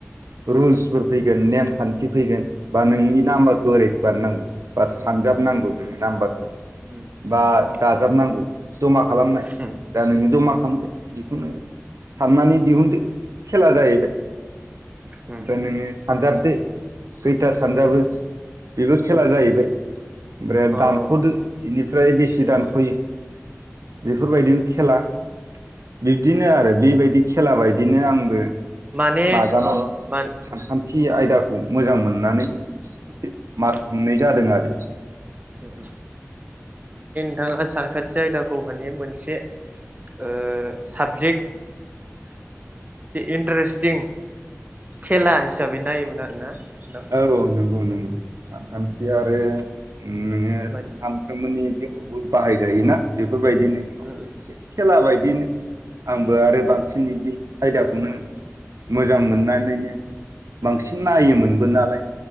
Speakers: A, on the right; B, on the right.
A: रुल्सफोर फैगोन नेमखान्थि फैगोन। बा नोंनि नाम्बारखौ
B: उम
A: ओरै बानानांगौ बा
B: उम
A: सानजाबनांगौ
B: उम उम
A: नोंनि
B: उम
A: नाम्बारखौ
B: उम
A: बा दाजाबनांगौ। जमा खालामनाय
B: उम
A: दा नोङो जमा खालामदो बिखौनो साननानै दिहुनदो। खेला जाहैबाय।
B: उम
A: ओमफ्राय नोङो सानजाबदो खैथा सानजाबो
B: उम
A: बेबो खेला
B: उम
A: जाहैबाय ओमफ्राय
B: अ
A: दानख'दो
B: अ अ अ
A: बेनिफ्राय बेसे
B: उम
A: दानख'यो
B: उम
A: बेफोरबायदि
B: उम
A: खेला बिब्दिनो आरो बेबायदि खेला बायदिनो आंबो
B: माने
A: जानानै
B: मान
A: सानखान्थि आयदाखौ
B: उम
A: मोजां मोननानै सो मारथुमनाय
B: उम
A: जादों आरोखि
B: उम <unintelligible> सानखान्थि आयदाखौ माने मोनसे ओ साबजेक्ट इन्टारेस्टिं खेला हिसाबै नायोमोन आरोना नोंथां
A: औ औ नोंगौ नोंगौ। सान खान्थि आरो
B: उम
A: उम नोङो
B: माने
A: सानफ्रोमबोनि थेबाबो बाहाय जायोना बेफ फोर बायदिनो
B: उम उम
A: से खेला बायदिनो।
B: उम
A: आंबो आरो बांसिन बे आयदाखौनो मोजां मोननानैनो बांसिन नायोमोनबो नालाय